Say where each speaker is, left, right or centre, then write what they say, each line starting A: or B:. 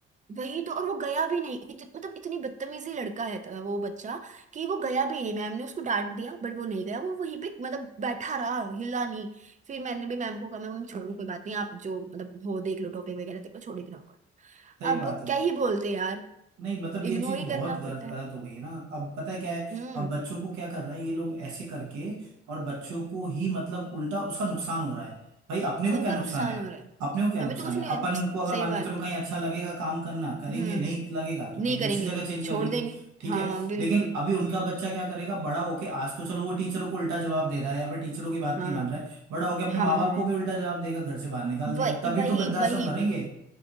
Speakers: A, on the right; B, on the right.
A: वही तो और वो गया भी नहीं इत, मतलब इतनी बदतमीजी लड़का है तो वो बच्चा कि वो गया भी नहीं मैम ने उसको डांट दिया बट वो नहीं गया वो वहीं पे मतलब बैठा रहा हिला नहीं फिर मैंने भी मैम को कहा मैम छोड़ो कोई बात नहीं आप जो मतलब हो देख लो टॉपिक वगैरह देखो छोड़ ही तो रहा
B: सही
A: अब
B: बात है
A: क्या ही बोलते यार
B: नहीं मतलब
A: इग्नोर
B: ये चीज
A: ही
B: बहुत
A: करना
B: गल-
A: पड़ता है
B: गलत हो गई है ना अब पता है क्या है
A: हम्म
B: अब बच्चों को क्या कर रहे हैं ये लोग ऐसे करके और बच्चों को ही मतलब उल्टा उसका नुकसान हो रहा है भाई अपने को
A: उनको
B: क्या नुकसान
A: नुकसान
B: है
A: हो रहा है
B: अपने को क्या
A: हमें
B: नुकसान
A: तो कुछ
B: है
A: नहीं हो
B: अपन
A: रहा <sniffs>
B: को अगर
A: सही
B: मान
A: बात
B: के चलो कहीं अच्छा लगेगा काम करना करेंगे
A: हम्म
B: नहीं लगेगा तो कहीं
A: नहीं करेंगे
B: दूसरी जगह चेंज
A: छोड़
B: कर लेंगे
A: देंगे
B: ठीक
A: हाँ
B: है
A: बिल्कुल
B: लेकिन अभी उनका बच्चा क्या करेगा बड़ा होके आज तो चलो वो टीचरों को उल्टा जवाब दे रहा है या फिर टीचरों की बात
A: हाँ
B: नहीं मान रहा है बड़ा होके अपने
A: हाँ
B: माँ बाप
A: हाँ
B: को भी उल्टा जवाब देगा घर से बाहर निकाल देगा
A: वही
B: तभी
A: वही
B: तो वृद्धाश्रम
A: वही
B: भरेंगे